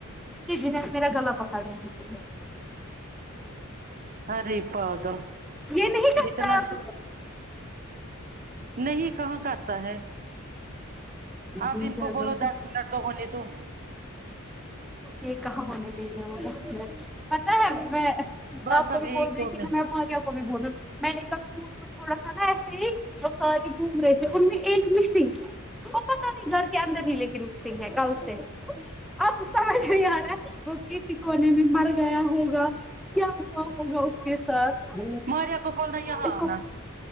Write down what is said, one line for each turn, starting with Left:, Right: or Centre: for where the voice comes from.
Centre: یہ جنید میرا گلا پکڑ رہاتھا
Right: ارے پاگل
Centre: یہ نہیں کرتا
Right: اتنا
Centre: ہے اب
Right: ش نہیں کہاں کرتا ہے آپ
Centre: ریکارڈنگ
Right: ان کو بولو دس منٹ تو ہونے تو
Centre: یہ کہاں ہونے دے گا وہ دس منٹ پتا ہے ا میں
Right: بس
Centre: آپ کو
Right: اب
Centre: بھی
Right: ایک
Centre: بول رہی
Right: دو
Centre: کہ
Right: منٹ
Centre: نہ میں ماریہ کو بھی بول رہا ہ میں نے کہ تھوڑا سا نا ایسے ہی وہ سارے گھوم رہے تھے ان میں ایک مسنگ تھا وہ پتا نہیں گھر کے اندر ہی لیکن سنگ ہے کل سے اب یار ہے وہ کسی کونے میں مر گیا ہوگا کیا ہوا ہوگا اس کے ساتھ
Right: ماریا کو بولنا یہاں
Centre: اس کو
Right: آنا